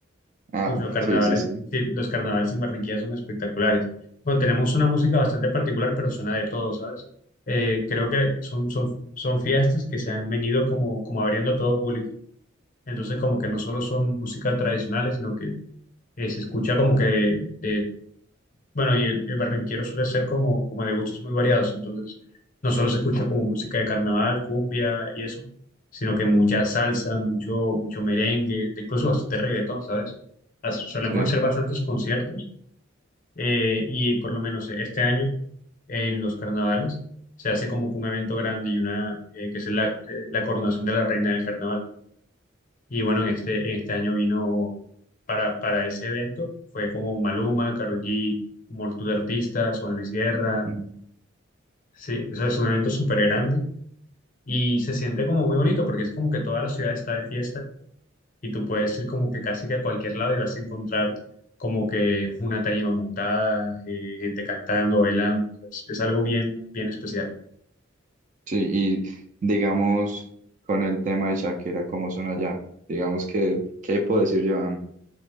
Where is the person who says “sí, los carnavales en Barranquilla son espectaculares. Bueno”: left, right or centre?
Left